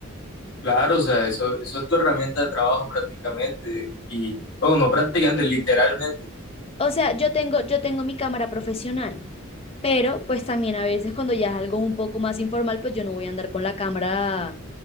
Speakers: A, on the left; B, on the left.
A: Claro, o sea, eso, eso es tu herramienta de trabajo prácticamente. Y, bueno, no prácticamente, literalmente.
B: O sea, yo tengo, yo tengo mi cámara profesional, pero pues también a veces cuando ya es algo un poco más informal, pues yo no voy a andar con la cámara